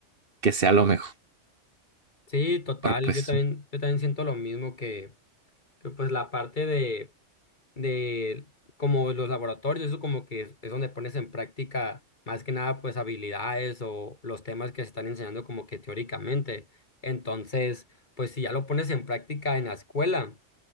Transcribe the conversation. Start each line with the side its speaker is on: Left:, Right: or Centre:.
Right: que sea lo mejor,
Left: Sí, total,
Right: pues.
Left: yo también, yo también siento lo mismo que, que pues la parte de de como los laboratorios, eso como que es, es donde pones en práctica más que nada pues habilidades o los temas que se están enseñando como que teóricamente. Entonces, pues si ya lo pones en práctica en la escuela,